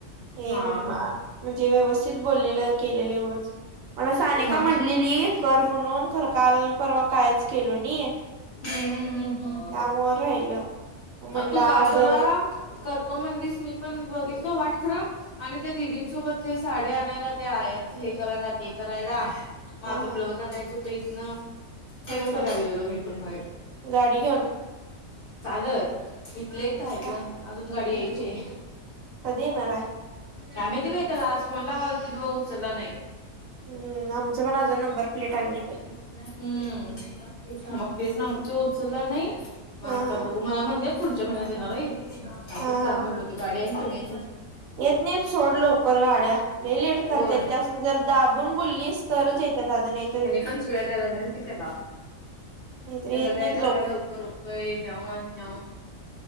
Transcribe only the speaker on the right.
हे
म्हणजे
व्यवस्थित बोललेलं केलेलं एवढंच. मला सानेिका
म्हटलेली करर म्हणून खरं काल परवा कायच केलो नाही.
त्यामुळे राहिलं म्हटलं
आज.
हा
ह
ह
गाडी घेऊन
सा-
इथनं.
कधी येणार आहे?
हम्, आमचं पण अजून नंबर प्लेट अली नाही बाई.
हा
हा
हा
हा
येत नईत सोड लवकर गाड्या. लय लेट करत्यात
त्यास जरा दाबून बोलीस तरच येत्यात अगं नाही.
नाहीतर येत
नाहीत
लवकर